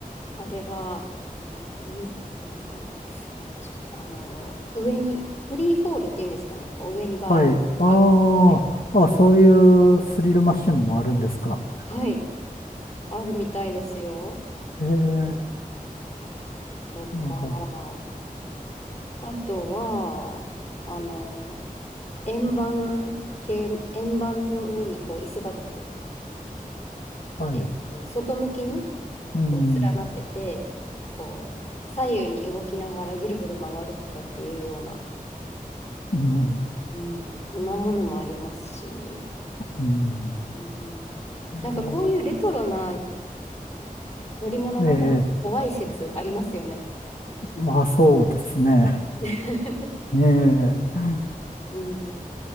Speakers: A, on the left; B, on the left.
A: あれは、うん、なんか、じ、あの、上に、フリーフォールっていうんですかね。こう上にバーッと上がって、
B: はい。ああ、あ、そういうスリルマシンもあるんですか。
A: はい、あるみたいですよ。
B: ええ
A: とか、
B: なんか、
A: あとは、あの、円盤系、円盤の上にこう椅子がこ
B: はい。
A: う、えっと、外向きに
B: うん、
A: こう連なってて、こう、左右に動きながらぐるぐる回るとかっていうような、
B: うん、
A: うん、そんなものもありますし、
B: うん。
A: うん、なんかこういうレトロな
B: え
A: 乗り物の方が怖い説ありますよね。
B: えええまあそうですね。
A: <laughs>
B: ええ
A: うん。